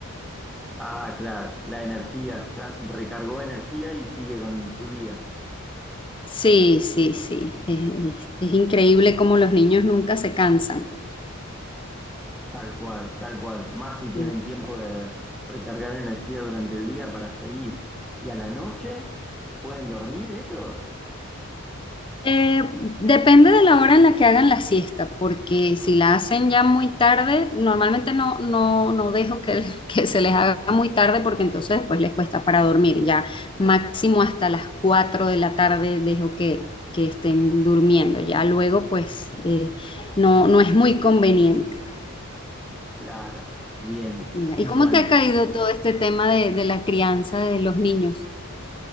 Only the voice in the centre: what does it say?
Ah, claro, la energía, ya recargó energía y sigue con su día.
Tal cual, tal cual. Más si tienen
tiempo de recargar energía durante el día para seguir. Y a la noche, ¿pueden dormir ellos?
Claro, bien.
¿Y
con
la
escuela?